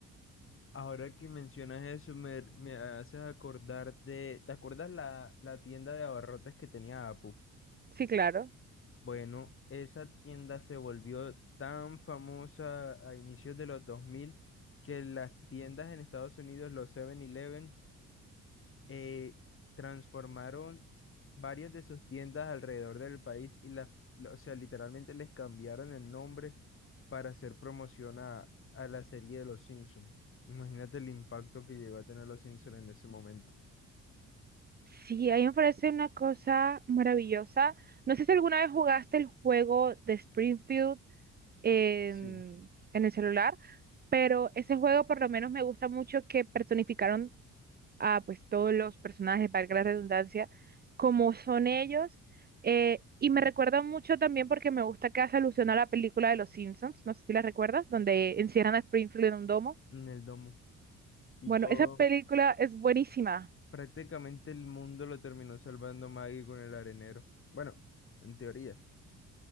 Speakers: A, on the left; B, on the right.
A: Ahora que mencionas eso, me, me haces acordar de. ¿Te acuerdas la, la tienda de abarrotes que tenía Apu?
B: Sí, claro.
A: Bueno, esa tienda se volvió tan famosa a inicios de los 2000 que las tiendas en Estados Unidos, los Seven eleven eh, transformaron varias de sus tiendas alrededor del país y las, la- o sea, literalmente les cambiaron el nombre para hacer promoción a, a la serie de Los Simpsons. Imagínate el impacto que llegó a tener Los Simpsons en ese momento,
B: Sí, a mí me parece una cosa maravillosa. No sé si alguna vez jugaste el juego de Springfield en,
A: Sí.
B: en el celular, pero ese juego por lo menos me gusta mucho que personificaron a pues todos los personajes, valga la redundancia, como son ellos. eh, y me recuerda mucho también porque me gusta que hace alusión a la película de Los Simpsons, no sé si la recuerdas, donde encierran a Springfield en un domo.
A: en el domo. Y
B: Bueno,
A: todo,
B: esa película es buenísima,
A: Prácticamente el mundo lo terminó salvando Maggie con el arenero. Bueno, en teoría.